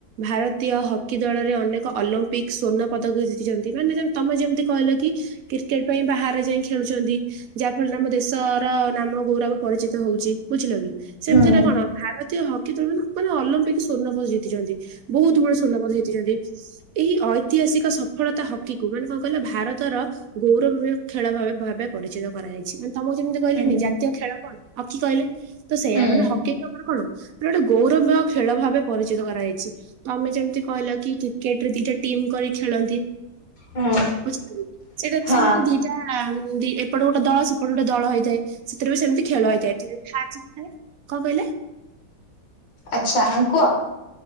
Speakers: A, on the right; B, on the left.
A: ଭାରତୀୟ ହକି ଦଳରେ ଅନେକ ଅଲମ୍ପିକ୍ ସ୍ଵର୍ଣ୍ଣ ପଦକ ଜିତି ଚନ୍ତି। ମାନେ ତମେ ଯେମିତି କହିଲ କି? କ୍ରିକେଟ୍ ପାଇଁ ବାହାରେ ଯାଇଁ ଖେଳୁଚନ୍ତି। ଯାହା ଫଳରେ ଆମ ଦେଶର ନାମ ଗୌରବ ପରିଚିତ ହଉଚି। ବୁଝିଲ କି? ସେମିତିରେ
B: ହଁ
A: କଣ ଭାର ତ ହକି ଦଳନ ମାନେ ଅଲମ୍ପିକ ସ୍ଵର୍ଣପଦ ଜିତି ଚନ୍ତି, ବହୁତ ବଡ ସ୍ଵର୍ଣ୍ଣପଦ ଜଡିଚନ୍ତି। ଏହି ଐତିହାସିକ ସଫଳତା ହକିକୁୁ ମାନେ କଣ କହିଲ ଭାରତର ଗୌରବମୟ ଖେଳ ଭାବେ ପରିଚିତ କରାଯାଇଛି। ମାନେ ତମକୁ ଯେମିତି କହିଲେନି
B: ହୁଁ
A: ଜାତୀୟ ଖେଳ କଣ? ହକି କହିଲେ ତ ସେଇୟା
B: ହୁଁ
A: ମାନେ ହକି ଖବର କଣ? ଗୋଟେ ଗୌରବ ଖେଳ ଭାବେ ପରିଚିତ କରାଯାଇଛି। ତମେ ଯେମିତି କହିଲ କି କ୍ରିର୍ଟରେ ଦିଟା ଟିମ୍ କରି ଖେଳନ୍ତି।
B: ହୁଁ
A: ବୁଝିଲ ସେଟା
B: ହଁ
A: ସେମତି ଦି ଟ୍ଟା ଏପଟେ ଗୋଟେ ଦଳ ସେପଟ ଗୋଟେ ଦଳ ହେଇଯାଏ, ସେଥିରେ ବି ସେମିତି ଖେଳ ହେଇଯାଇଥାଏ। କଁ କହିଲେ?
B: ଆଚ୍ଛା, ହଁ କୁଅ।